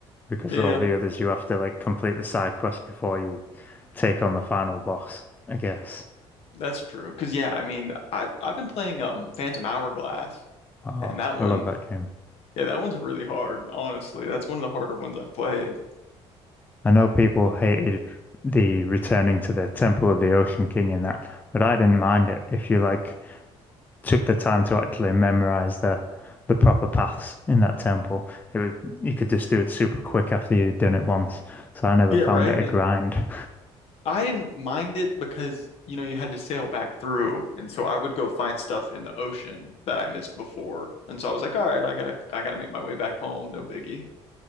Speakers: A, on the left; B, on the left.
A: because
B: Yeah,
A: all the others you have to like complete the side quest before you take on the final boss, I guess.
B: that's true. Because yeah, I mean, I I've been playing um Phantom Hourglass,
A: Oh,
B: and that one,
A: I love that game.
B: yeah, that one's really hard. Honestly, that's one of the harder ones I've played.
A: I know people hated the returning to the Temple of the Ocean King in that, but I didn't mind it if you like took the time to actually memorize the the proper paths in that temple, it would, you could just do it super quick after you'd done it once. So I never
B: Yeah,
A: found
B: right.
A: it a
B: And
A: grind.
B: I didn't mind it because, you know, you had to sail back through. And so I would go find stuff in the ocean that I missed before. And so I was like, all right, I gotta I gotta make my way back home, no biggie.